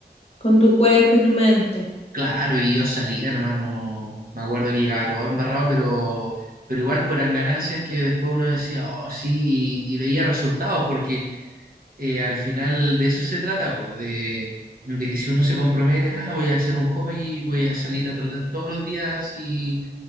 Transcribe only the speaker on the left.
con tu cuerpo y tu mente.